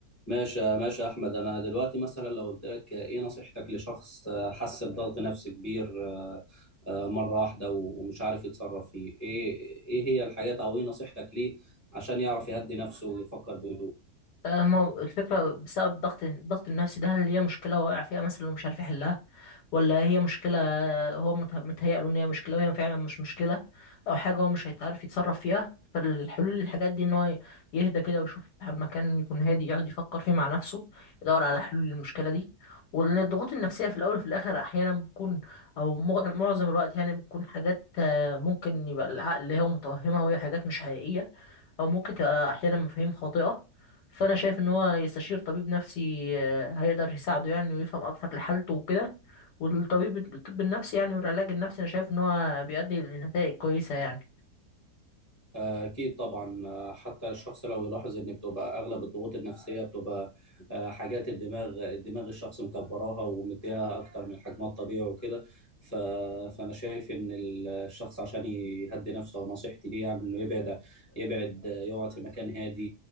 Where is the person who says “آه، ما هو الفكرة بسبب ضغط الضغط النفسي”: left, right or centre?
Left